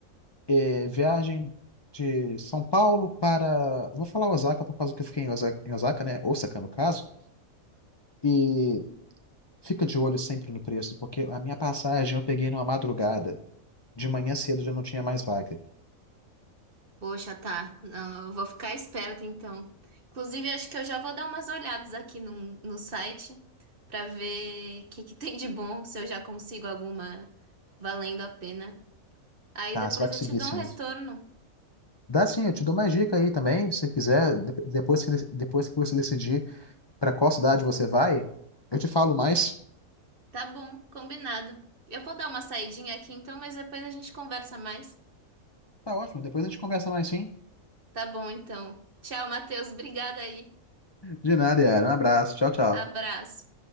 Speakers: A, on the left (about 35°); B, on the right (about 45°).
A: É, viagem de São Paulo para. Vou falar Osaka por causa que eu fiquei em Osaka, em Osaka, né? Osaka, no caso. E fica de olho sempre no preço, porque a minha passagem eu peguei numa madrugada. De manhã cedo já não tinha mais vaga.
B: Poxa, tá. Não, eu vou ficar esperta então. Inclusive, acho que eu já vou dar umas olhadas aqui no, no site pra ver o que que tem de bom, se eu já consigo alguma valendo a pena. Aí
A: Tá,
B: depois
A: você vai conseguir
B: eu te dou
A: sim.
B: um retorno.
A: Dá sim, eu te dou mais dica aí também, se quiser, de- depois que, depois que você decidir para qual cidade você vai, eu te falo mais.
B: Tá bom, combinado. Eu vou dar uma saidinha aqui então, mas depois a gente conversa mais.
A: Tá ótimo, depois a gente conversa mais sim.
B: Tá bom, então. Tchau, Matheus. Obrigada aí.
A: De nada, Yara. Um abraço. Tchau, tchau.
B: Abraço.